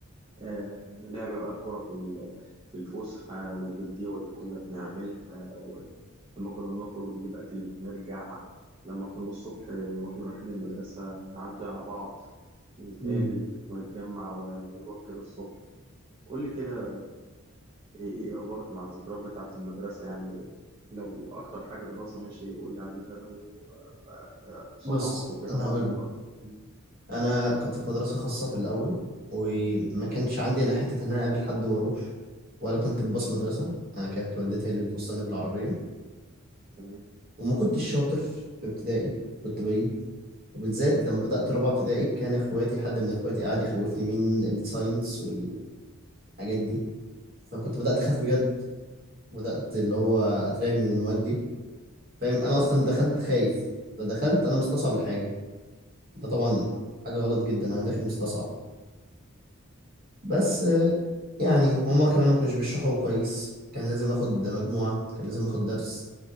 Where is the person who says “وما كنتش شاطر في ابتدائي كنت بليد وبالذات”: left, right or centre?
Right